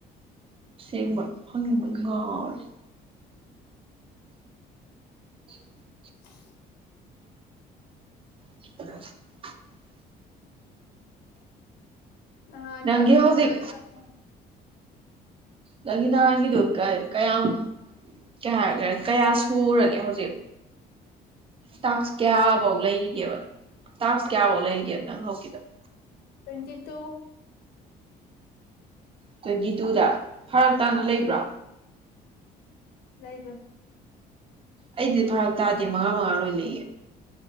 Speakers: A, on the right; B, on the left.
A: ꯁꯦꯡꯕ ꯐꯪꯅꯤꯡꯕꯅ ꯉꯥꯎꯔꯦ <inaudible>
B: <inaudible>
A: <unintelligible>
B: ꯅꯍꯥꯟ
A: ꯅꯪꯒꯤ
B: ꯌꯥꯝ ꯊꯥꯖꯗꯅ
A: ꯍꯧꯖꯤꯛ
B: ꯐꯪ
A: ꯅꯪꯒꯤ ꯅꯍꯥꯟꯒꯤꯗꯨ ꯀꯀꯌꯥꯝ ꯀꯩ ꯍꯥꯏ ꯀꯌꯥ ꯁꯨꯔꯒꯦ ꯍꯧꯖꯤꯛ ꯇꯥꯁ꯭ꯀ ꯀꯌꯥꯕꯧ ꯂꯩꯔꯤꯒꯦꯕ ꯇꯥꯥꯁ꯭ꯀ ꯀꯌꯥꯕꯧ ꯂꯩꯔꯤꯒꯦ ꯂꯪꯍꯧꯀꯤ <unintelligible> <inaudible>
B: ꯇ꯭ꯋꯦꯟꯇꯤ ꯇꯨ
A: ꯇ꯭ꯋꯦꯟꯇꯤ ꯇꯨꯗ ꯐꯔꯛ ꯇꯥꯅ ꯂꯩꯕ꯭ꯔꯥ
B: ꯂꯩꯕ
A: ꯑꯩꯗꯤ ꯐꯔꯛ ꯇꯥꯗꯦ ꯃꯉꯥ ꯃꯉꯥ ꯂꯣꯏ ꯂꯩꯌꯦ